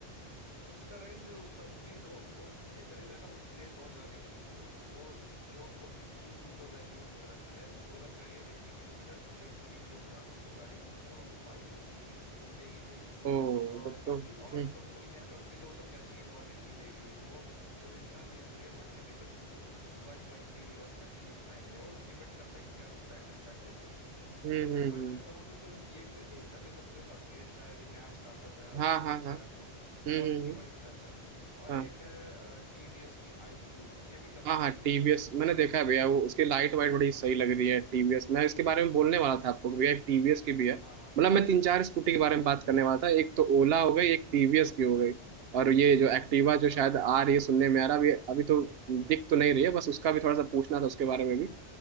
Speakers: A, on the left; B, on the right.
A: उसका रेंज जो कंपनी हो वो एथर जो है ना वो क्लेम बहुत ज्यादा नहीं करती है उसको वो जो वो अपने ट्रू टू द वैल्यू मतलब रहती है वो अगर कह रही है एट्टी किलोमीटर तो एट्टी किलोमीटर आपको वो गाड़ी वो बाइक वो स्कूटी वो देगी देगी
B: ओ
A: और
B: तब
A: बाकी
B: तो हम्म
A: और जो कंपनी है कंपनी तो वो सब कहती है वन एट्टी देगी तो वो original in real world condition तुमको वन ट्वेंटी वन थर्टी इतना ही मिलेगा वो डिपेंड करता है कि क्या तुम बैटरी पैक लेते हो
B: हम्म
A: तो
B: हम्म
A: मैं
B: हम्म,
A: तुम्हें कहूंगा कि तुम ये एक तो एथर ले सकते हो काफी अच्छा है अभी नया स्टार्टअप है उनकी
B: हाँ हाँ
A: अच्छा
B: हाँ
A: है मतलब
B: हम्म
A: क्वालिटी
B: हम्म हम्म,
A: वाइज इनका अच्छा है और
B: हाँ
A: एक है टीवीएस की आई क्यूब ये भी काफी
B: हाँ
A: अच्छी
B: हाँ
A: है
B: टीवीएस
A: तो
B: मैंने
A: तुम क्या
B: देखा है भैया वो उसकी लाइट वाइट बड़ी सही लग रही है टीवीएस मैं इसके बारे में बोलने वाला था आपको कि भैया टीवीएस की भी है
A: हाँ हाँ
B: मतलब मैं तीन चार स्कूटी के बारे
A: हाँ
B: में बात करने वाला था एक तो ओला हो गई एक टीवीएस की हो गई और ये जो एक्टिवा
A: हम्म,
B: जो शायद
A: और
B: आ रही है सुनने में आ रहा है, अभी अभी तो दिख तो नहीं रही है बस उसका भी थोड़ा सा पूछना था उसके बारे में भी